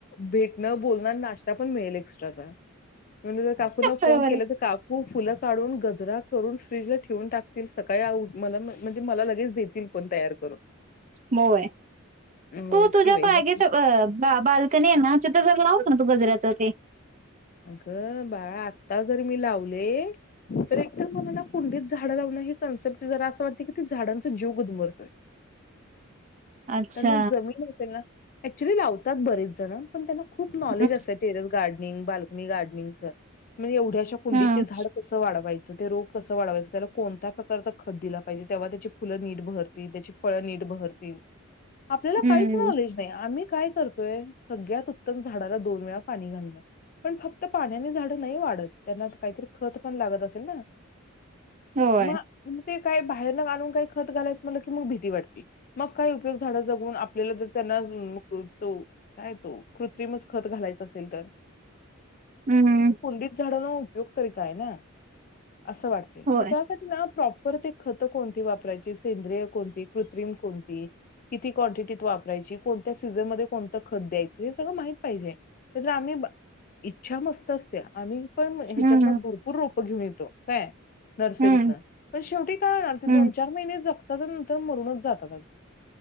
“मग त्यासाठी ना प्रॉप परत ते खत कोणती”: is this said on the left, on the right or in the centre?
Left